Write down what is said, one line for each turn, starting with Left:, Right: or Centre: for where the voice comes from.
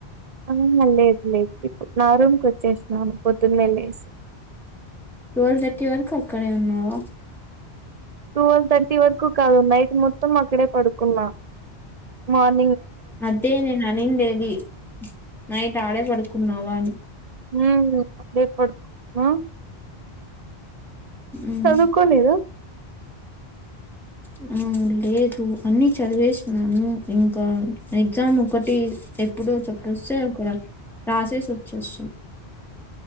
Right: <unintelligible> లేద్ లేద్ నా రూమ్ కి వచ్చేసినాను పొద్దున్నే లేసి.
Centre: టువెల్ థర్టీ వరకు అక్కడే ఉన్నావా
Right: టువెల్ థర్టి వరకు కాదు నైట్ మొత్తం అక్కడే పడుకున్నా మార్ని
Centre: అదే నేన్ అనిండేది నైట్ ఆడే పడుకున్నావా అని
Right: ఉ ఆ రేప్ పడుకొన్నావా
Centre: ఉమ్
Right: చదువుకొలేదు
Centre: ఉ లేదు అన్ని చదివేసినాను ఇంక ఎగ్జామ్ ఒకటి ఎప్పుడో చొప్పేస్తే అక్కడ రాసేసి వచ్చేస్తామ్